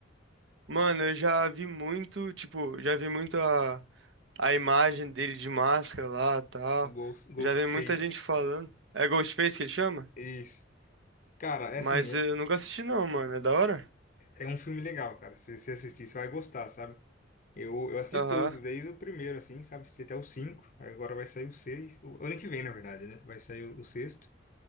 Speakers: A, on the right; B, on the left.
A: Mano, eu já vi muito, tipo, já vi muito a, a imagem dele de máscara lá, tal.
B: O Ghost, Ghostface.
A: Já vi muita gente falando. É Ghostface que ele chama?
B: Isso. Cara, é
A: Mas
B: assim, é,
A: eu nunca assisti não, mano. É da hora?
B: é um filme legal, cara. Se você assistir, você vai gostar, sabe? Eu, eu assisti
A: Aham,
B: todos, desde o primeiro, assim, sabe? Assisti até o cinco, agora vai sair o seis. O ano que vem, na verdade, né? Vai sair o, o sexto.